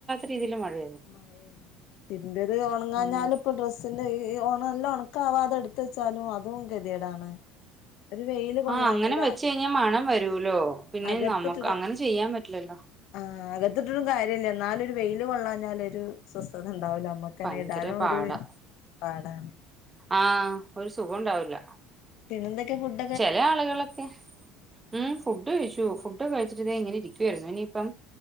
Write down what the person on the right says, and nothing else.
രീതിൽ മഴയെ.
ഉം
ആഹ് അങ്ങനെ വെച്ച് കഴിഞ്ഞാൽ മണം വരൂലോ പിന്നെ
നമ്മുക്ക് അങ്ങനെ ചെയ്യാൻ പറ്റില്ലല്ലോ?
ഭയങ്കര
പാടാ
ആഹ് ഒരു സുഖം ഉണ്ടാവില്ല.
ചെല ആളുകൾ. ഹെ ഉം ഫുഡ് കഴിച്ചു ഫുഡ്‌ കഴിച്ചിട്ട് ഇങ്ങനെ ഇരിക്കുവായിരുന്നു ഇനിയിപ്പം.